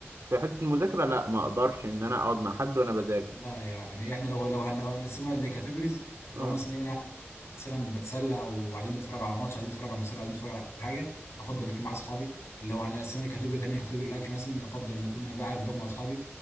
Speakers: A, on the right; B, on the left.
A: في حتة المذاكرة لا ما اقدرش ان انا اقعد مع حد وانا بذاكر
B: لا يعني احنا لو لو هن- لو هنقسمها لكاتيجوريز
A: اه
B: لو مثلا ايه أنا قاعد مثلا بتسلى او قاعدين بنتفرج على ماتش قاعدين بنتفرج على مسلسل قاعدين بنتفرج على حاجه افضل يكون مع اصحابي لو هنقسمها لكاتيجوري تانية كاتيجوري الاكل مثلا افضل ان اكون قاعد باكل مع اصحابي